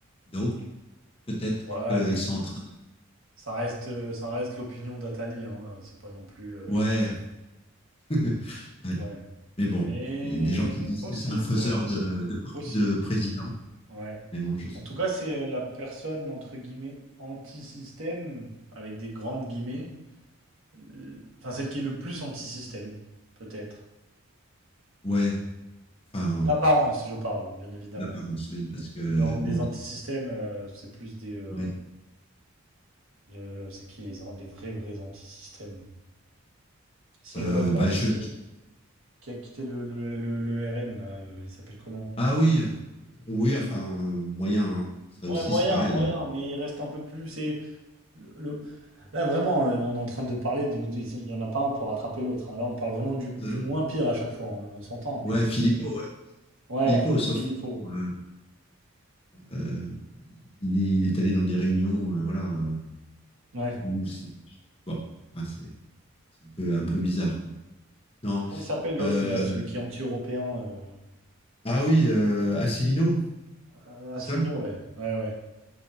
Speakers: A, on the left; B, on the right.
A: Donc, peut-être
B: Ouais,
A: qu'ils
B: c-
A: sont en train
B: ça reste, euh, ça reste l'opinion d'Atali, hein. C'est pas non plus, euh,
A: de...
B: tu
A: Ouais,
B: vois.
A: <laughs> ouais.
B: Ouais.
A: Mais bon,
B: Mais
A: il y a des gens qui disent
B: possible,
A: que c'est un faiseur
B: ouais.
A: de, de,
B: Possible.
A: de président.
B: Ouais.
A: Mais bon, je sais
B: En tout
A: pas.
B: cas, c'est euh, la personne, entre guillemets, anti-système, avec des grandes guillemets. Euh, Enfin, celle qui est le plus anti-système, peut-être.
A: Ouais, enfin,
B: D'apparence, je parle, bien évidemment.
A: d'apparence, oui, parce
B: Parce
A: que,
B: que dans
A: bon,
B: les anti-systèmes, euh, c'est plus des... euh,
A: ouais.
B: euh, c'est qui les, an- les vrais, vrais anti-systèmes? C'est
A: Euh,
B: euh, l'autre là,
A: bah,
B: celui
A: je...
B: qui, qui a quitté le, le, le- le RN là, euh, il s'appelle comment?
A: Ah oui, oui, enfin, euh, moyen, hein. Ça
B: Ouais,
A: aussi,
B: moyen,
A: c'est pareil.
B: moyen, mais il reste un peu plus. C'est le- le- là vraiment, euh, on est en train de parler de, de- il y en a pas un pour rattraper l'autre. hein. Là, on parle vraiment du, du
A: Euh,
B: moins pire à chaque fois. hein. On s'entend, mais
A: ouais, Philippot, ouais.
B: ouais,
A: Philippot,
B: Phil-
A: sauf
B: Philippot.
A: que, euh, Euh, il, est, il est allé dans des réunions, euh, voilà, euh,
B: Ouais.
A: où c'est bon, enfin, c'est c'est un peu, un peu bizarre, quoi. Non.
B: Et comment il s'appelle l'autre
A: euh,
B: là, celui qui est anti-européen? Euh...
A: ah oui, euh, Asselineau,
B: euh,
A: c'est
B: Asselineau,
A: ça?
B: ouais, ouais, ouais,